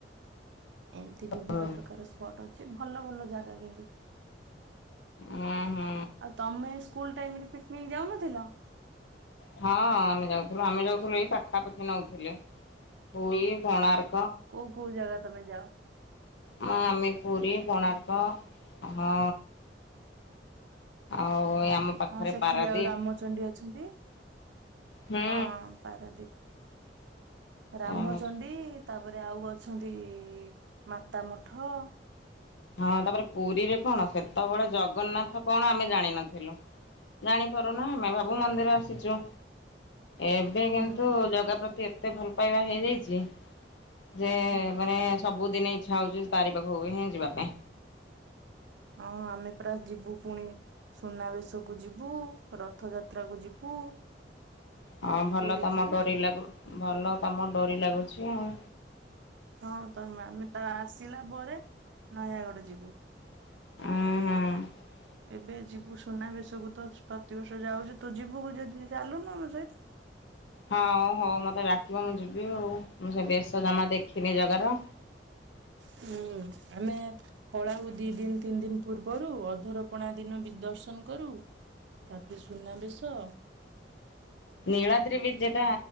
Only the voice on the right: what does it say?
ଏମିତି ବିଭିନ୍ନ
ପ୍ରକାର ସ୍ପଟ୍ ଅଛି। ସେ ଭଲ ଭଲ ଜାଗା କିନ୍ତୁ। <inaudible>
ଆଉ ତମେ ସ୍କୁଲ ଟାଇମରେ ପିକନିକ ଯାଉନଥିଲ।
କଉ କଉ ଜାଗା ତମେ ଯଅ।
ହଁ ସେଠି
ବି ଆଉ ରାମଚଣ୍ଡୀ ଅଛନ୍ତି।
ହଁ ପାରାଦୀପ। ରାମ
ଚଣ୍ଡୀ ତାପରେ ଆଉ ଅଛନ୍ତି ମାତାମଠ।
ହଁ
ହୁଁ
ହୁଁ
ହଁ ଆମେ ପୁରା ଯିବୁ ପୁଣି ସୁନାବେଶକୁ ଯିବୁ ରଥଯାତ୍ରାକୁ ଯିବୁ।
ପୁରୀ
ଯିବୁ
ହଁ ତମ ଆମେ ତ ଆସିଲା ପରେ ନୟାଗଡ ଯିବୁ।
ଏବେ ଯିବୁ ସୁନାବେେଶକୁୁ ତ ପ୍ରତିବର୍ଷ ଯାଉଛୁ ତୁ ଯିବୁ ଯଦି ଚାଲୁନୁ ଆମ ସହିତ।
ହୁଁ ଆମେ ପଳାଉ ଦି ଦିନ ତିନି ଦିନ ପୂର୍ବରୁ। ଅଧରପଣା ଦିନ ଦର୍ଶନ କରୁ ତାପରେ ସୁନା ବେଶ